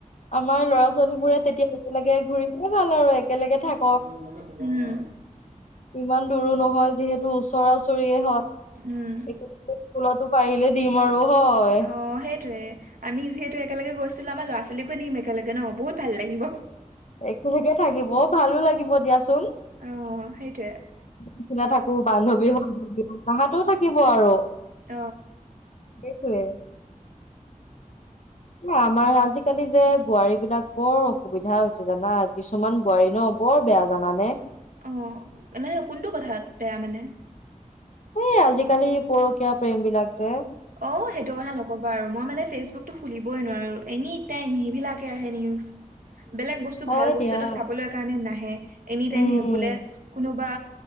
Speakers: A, on the left (about 55°); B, on the right (about 85°).
A: আমাৰ লৰা ছোৱালী বোৰে তেতিয়া একেলগে ঘুৰিলে ভাল আৰু একেলগে থাক।
B: উ।
A: ইমান দূৰো নহয় যিহেতু ওচৰা ওচৰিয়ে হয়।
B: উম
A: স্কুলতো পাৰিলে দিম আৰু হয়।
B: অ সেইটোয়ে আমি যিহেতু একেলগে গৈছিলো আমাৰ ল'ৰা ছোৱালীকো নিম একেলগে ন বহুত ভাল লাগিব।
A: একে লগে থাকিব ভালো লাগিব দিয়াচোন।
B: অ সেইটোৱে
A: নিচিনা থাকো বান্ধৱী হৈ তাহাঁাতো থাকিব আৰু। <inaudible> নিচিনা থাকো বান্ধৱী হৈ তাহতো থাকিব আৰু। <inaudible>
B: ত।
A: সেইটোৱে। এ আমাৰ আজিকালি যে বোৱাৰী বিলাক বৰ অসুবিধা হৈছে জানা কিছুমান বোৱাৰী ন। বৰ বেয়া জানানে?
B: অ', মানে, কোনটো কথাত বেয়া মানে?
A: এই আজিকালি পৰকীয়া প্ৰেম বিলাক যে।
B: অ, সেইটো কথা নকবা আৰু, মই মানে ফেচবুক টো খুলিবই নোৱাৰোঁ, এনিটাইম সেইবিলাকেই আহে নিউছ বেলেগ বচ স্তু
A: হয়
B: ভাল বস্তু
A: দিয়া
B: এটা চাবলৈ কাৰণে নাহে, এনি
A: উম
B: টাইম সেই বোলে কোনোবা